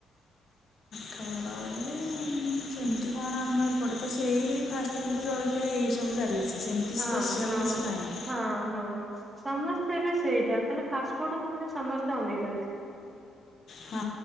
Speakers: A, on the left; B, on the right.
A: ଆଠଗଡ଼ ରେ ସେମିତି କଣ ଆମ ଆମ ଏପଟେ ତ ସେଇ ଫାଷ୍ଟଫୁଡ଼୍ ଜଳଖିଆ ଏଇ ସବୁ ଚାଲିଛି ସେମିତି
B: ହଁ
A: ସ୍ପେଶସିଆଲ୍
B: ହଁ।
A: କିଛି ନାହିଁ।
B: ହଁ ହଁ। ସମସ୍ତେ ଏବେ ସେଇଟା ଖାଲି ଫାଷ୍ଟଫୁଡ କୁ ଖାଲି ସମସ୍ତେ ଅନେଇଛନ୍ତି।
A: ହଁ